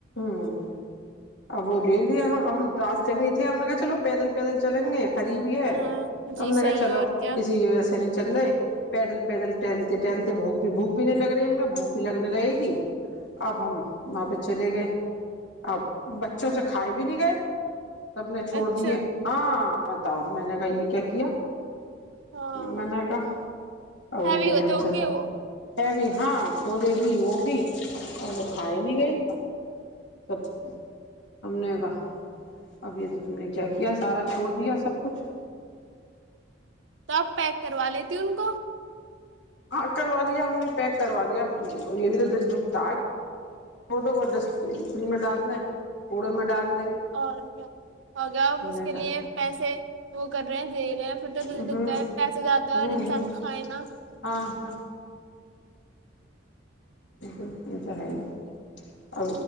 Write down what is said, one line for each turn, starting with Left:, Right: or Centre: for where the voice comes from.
Left: ہاں اب وہ لے لیا ہم ہم راستے میں ہی تھے ہم نےگ چلو پیدل پیدل چلیں گے قریب ہی ہے
Right: ہاں
Left: ت
Right: جی
Left: ہم نے
Right: صحیح
Left: کہا چلو
Right: ہے اور کیا
Left: کسی ویسے نہیں چل رہے پیدل پیدل ٹہلتے ٹہلتے بھوک بھی بھوک بھی نہیں لگ رہی ہم نا بھوک بھی لگنے رہے گی اب ہم وہاں پہ چلے گئے اب بچوں سے کھائے بھی نہیں گئے سب نے چھوڑ
Right: اچھا
Left: دیے ہاں بتاؤ میں نے کہا یہ کیا کیا
Right: ہاں
Left: من کا ا
Right: ہیوی
Left: نہیں کر
Right: ہوتے
Left: ر ہم ہم
Right: ہوں
Left: چتے
Right: گے وہ
Left: ہے بھی ہاں چھولے بھی وہ بھی اور وہ کھاائے نہیں گئی سب ہم نے کا اب یہ تو تم نے کیا کیا سارا چھوڑ دیا سب کچھ
Right: سب پیک کروا لیےتے ت کو
Left: ہاں کروا لیا ہم نے پیک کروا لیا یہ بھی تو دل رکتا ڑ دو کو ڈسٹبین میں ڈال دیں کوڑے میں ڈال د
Right: اور کیا ہوگیا آپ اس
Left: نے
Right: کے
Left: کہا
Right: لیے پیسے وہ کر رہے ہیں دے رہے ہیں پھر تو
Left: ہوں
Right: دکھتا ہے پیسے جاتا ہے
Left: ہوں
Right: اور انسان
Left: ہوں
Right: کھائے نا
Left: ہاں ہاں بالکل یہ تو ہے ا